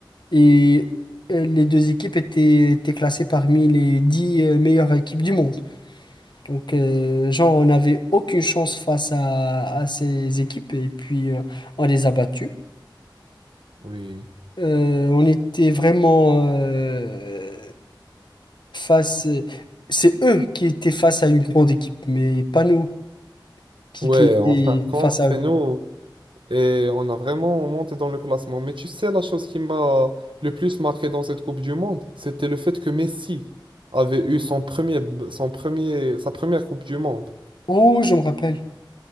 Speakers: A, on the left; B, on the right.
A: Et euh, les deux équipes étaient, étaient classées parmi les dix euh, meilleures équipes du monde. Donc, euh, genre, on n'avait aucune chance face à, à ces équipes et puis euh, on les a battues.
B: Oui.
A: Euh, on était vraiment. euh, face, euh, c'est eux qui étaient face à une grande équipe, mais pas nous qui,
B: Ouais,
A: qui étaient
B: en fin de compte,
A: face à
B: c'est
A: eux.
B: nous. Et on a vraiment monté dans le classement. Mais tu sais, la chose qui m'a le plus marqué dans cette Coupe du Monde, c'était le fait que Messi avait eu son premier, son premier, sa première Coupe du Monde.
A: Oh, je me rappelle.